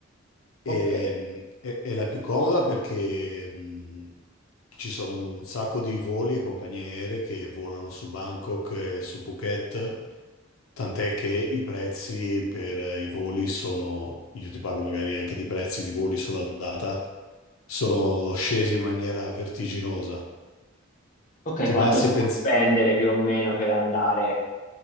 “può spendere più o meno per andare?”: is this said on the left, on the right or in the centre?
Left